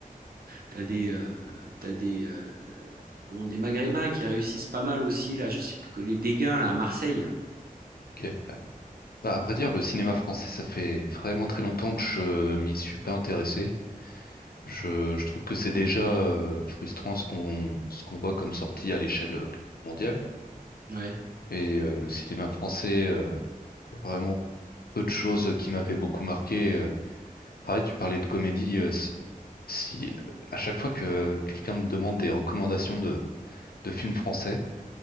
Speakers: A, on the right; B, on the left.
A: t'as des, euh, t'as des, euh, comment, des Maghrébins qui réussissent pas mal aussi, là, je sais plus, que- les Dégains là, à Marseille.
B: Ok, ouais. Bah, à vrai dire, le cinéma français, ça fait vraiment très longtemps que je m'y suis pas intéressé. Je, je trouve que c'est déjà euh, frustrant ce qu'on ce qu'on voit comme sortie à l'échelle euh, mondiale.
A: Ouais,
B: Et euh, le cinéma français, euh, il y a vraiment peu de choses qui m'avaient beaucoup marqué. Euh, Pareil, tu parlais de comédie. euh, si à chaque fois que quelqu'un me demande des recommandations de, de films français,